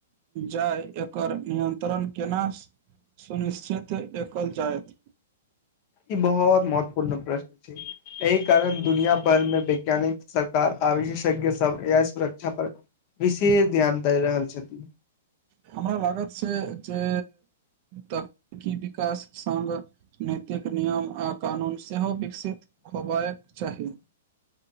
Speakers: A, on the right; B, on the left.
A: जाय एकर नियन्त्रण केना सुनिश्चित काएल जाएत
B: ई बहुत महत्वपूर्ण प्रश्न छै एहि कारण दुनिया भर मे वैज्ञानिक सरकार आ विशेषज्ञ सब ए आइ सुरक्षा पर विशेष ध्यान दै रहल छथिन
A: हमरा लागत छै जे तकनीकी विकास सङ्ग नैतिक नियम आ कानून सेहो विकसित होबैक चाही